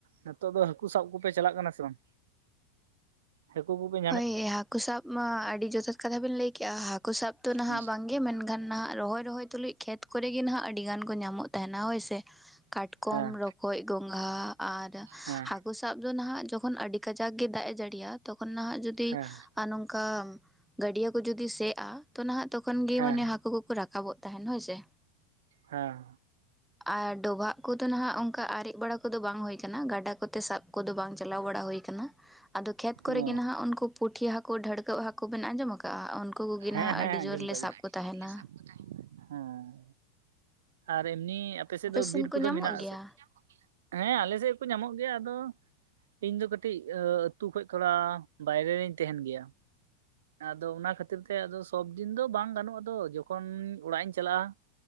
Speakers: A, on the right; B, in the centre.
A: ᱱᱤᱛᱚᱜ ᱫᱚ ᱦᱟᱹᱠᱩ ᱥᱟᱵᱽ ᱠᱚᱯᱮ ᱪᱟᱞᱟᱜ ᱠᱟᱱᱟ ᱥᱮ ᱵᱟᱝ? ᱦᱟᱹᱠᱩ ᱠᱚ ᱜᱮ
B: ᱦᱳᱭ, ᱦᱟᱹᱠᱩ ᱥᱟᱵᱽ ᱢᱟ ᱟᱹᱰᱤ ᱡᱚᱛᱷᱟᱛ ᱠᱟᱛᱷᱟ ᱵᱤᱱ ᱞᱟᱹᱭ ᱠᱮᱫᱼᱟ᱾ ᱦᱟᱹᱠᱩ ᱥᱟᱵᱽ ᱫᱚ ᱱᱟᱦᱟᱜ
A: ᱦᱮᱸ
B: ᱵᱟᱝ ᱜᱮ ᱜᱮ ᱢᱮᱱᱠᱷᱟᱱ ᱱᱟᱦᱟᱜ ᱨᱚᱦᱚᱭ ᱨᱚᱦᱚᱭ ᱛᱩᱞᱩᱡ ᱠᱷᱮᱛ ᱠᱚᱨᱮ ᱜᱮ ᱱᱟᱦᱟᱜ ᱟᱹᱰᱤ ᱜᱟᱱ ᱠᱚ ᱧᱟᱢᱚᱜ ᱛᱟᱦᱮᱱᱟ, ᱦᱳᱭ ᱥᱮ᱾ ᱠᱟᱴᱠᱚᱢ
A: ᱦᱮᱸ
B: ᱨᱚᱠᱚᱡ ᱜᱚᱸᱝᱜᱷᱟ ᱟᱨ
A: ᱦᱮᱸ
B: ᱦᱟᱹᱠᱩ ᱦᱟᱹᱠᱩ ᱥᱟᱵ ᱫᱚ ᱱᱟᱦᱟᱜ ᱡᱚᱠᱷᱚᱱ ᱟᱹᱰᱤ ᱠᱟᱡᱟᱠ ᱜᱮ ᱫᱟᱜ ᱮ ᱡᱟᱹᱲᱤᱭᱟ᱾ ᱛᱚᱠᱷᱚᱱ ᱱᱟᱦᱟᱜ ᱡᱩᱫᱤ
A: ᱦᱮᱸ
B: ᱟᱨ ᱱᱚᱝᱠᱟ ᱜᱟᱹᱰᱭᱟᱹ ᱠᱚ ᱡᱩᱫᱤ ᱥᱮᱜᱼᱟ, ᱛᱚ ᱱᱟᱦᱟᱜ ᱛᱚᱠᱷᱚᱱ ᱜᱮ
A: ᱦᱮᱸ
B: ᱢᱟᱱᱮ ᱦᱟᱹᱠᱩ ᱠᱚᱠᱚ ᱨᱟᱠᱟᱵᱚᱜ ᱛᱟᱦᱮᱱ ᱦᱳᱭ ᱥᱮ᱾
A: ᱦᱮᱸ᱾
B: ᱟᱨ ᱰᱚᱵᱷᱟᱜ ᱠᱚᱫᱚ ᱱᱟᱦᱟᱜ, ᱚᱱᱠᱟ ᱟᱨᱮᱡᱽ ᱵᱟᱲᱟ ᱠᱚᱫᱚ ᱵᱟᱝ ᱦᱩᱭ ᱟᱠᱟᱱᱟ᱾ ᱜᱟᱰᱟ ᱠᱚᱛᱮ ᱥᱟᱵᱽ ᱠᱚᱫᱚ ᱵᱟᱝ ᱪᱟᱞᱟᱣ ᱵᱟᱲᱟ ᱦᱩᱭ ᱟᱠᱟᱱᱟ᱾ ᱟᱫᱚ ᱠᱷᱮᱛ ᱠᱚᱨᱮᱜᱮ
A: ᱚ
B: ᱱᱟᱦᱟᱜ ᱩᱱᱠᱩ ᱯᱩᱸᱴᱷᱤ ᱦᱟᱹᱠᱩ, ᱰᱷᱟᱹᱲᱠᱟᱹ ᱦᱟᱹᱠᱩ ᱵᱤᱱ ᱟᱸᱡᱚᱢ ᱟᱠᱟᱜᱼᱟ᱾ ᱩᱱᱠᱩ ᱠᱚᱜᱮ
A: ᱦᱮᱸ
B: ᱱᱟᱦᱟᱜ
A: ᱦᱮᱸ
B: ᱟᱹᱰᱤ
A: ᱟᱸᱡᱚᱢ
B: ᱡᱳᱨ ᱞᱮ
A: ᱠᱟᱜ
B: ᱥᱟᱵ
A: ᱜᱮ ᱱᱟᱦᱟᱜ
B: ᱠᱚ
A: ᱟᱹᱰᱤ
B: ᱛᱟᱦᱮᱱᱟ᱾
A: ᱦᱮᱸ ᱟᱨ ᱮᱢᱱᱤ ᱟᱯᱮ ᱥᱮᱫ ᱫᱚ
B: ᱥᱮᱱ
A: ᱵᱤᱨ
B: ᱠᱚ
A: ᱠᱚᱫᱚ
B: ᱧᱟᱢᱚᱜ
A: ᱢᱮᱱᱟᱜ
B: ᱜᱮᱭᱟ
A: ᱟᱥᱮ ᱦᱮᱸ, <unintelligible> ᱟᱞᱮ ᱥᱮᱫ ᱠᱚ ᱧᱟᱢᱚᱜ ᱜᱮᱭᱟ ᱟᱫᱚ ᱤᱧ ᱫᱚ ᱠᱟᱹᱴᱤᱡ ᱟᱹᱛᱩ ᱠᱷᱚᱱ ᱛᱷᱚᱲᱟ ᱵᱟᱭᱨᱮ ᱨᱮ ᱛᱟᱦᱮᱱ ᱜᱮᱭᱟ᱾ ᱟᱫᱚ ᱚᱱᱟ ᱠᱷᱟᱹᱛᱤᱨ ᱛᱮ ᱟᱫᱚ ᱥᱚᱵ ᱫᱤᱱ ᱫᱚ ᱵᱟᱝ ᱜᱟᱱᱚᱜᱼᱟ ᱛᱚ, ᱡᱚᱠᱷᱚᱱ ᱚᱲᱟᱜ ᱤᱧ ᱪᱟᱞᱟᱜᱼᱟ